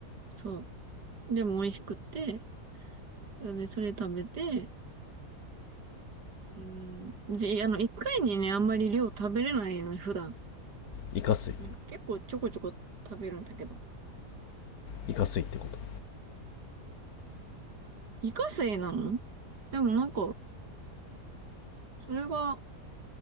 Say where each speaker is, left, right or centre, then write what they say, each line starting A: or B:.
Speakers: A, on the right; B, on the left.
A: そう。でも美味しくって、で、それ食べて、うん。じ、あの、一回にね、あんまり量食べれないの、普段。
B: イカ水
A: なんか結構ちょこちょこ食べるんだけど。
B: イカ水ってこと
A: イカセイなのでもなんか、それが、